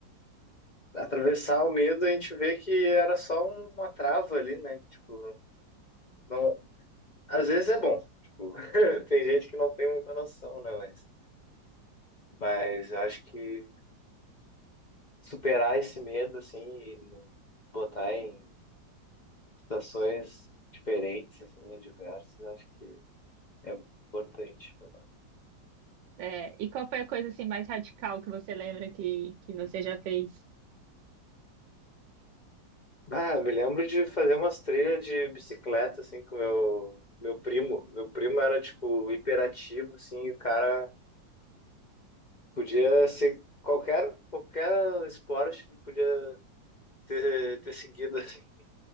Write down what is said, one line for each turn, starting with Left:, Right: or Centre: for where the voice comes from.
Left: atravessar o medo, a gente vê que era só uma trava ali, né? Que, Tipo, não, não- às vezes é bom. Tipo, <laughs> tem gente que não tem muita noção, né? Mas, mas eu acho que superar esse medo, assim, e não botar em situações diferentes, assim, diversas, eu acho que é importante pra nós.
Right: É, e qual foi a coisa assim mais radical que você lembra que, que você já fez?
Left: Ah, eu me lembro de fazer umas trilhas de bicicleta, assim, com meu, meu primo. Meu primo era, tipo, hiperativo, assim, o cara Podia ser qualquer, qualquer esporte, ele podia ter, ter seguido, <laughs> assim.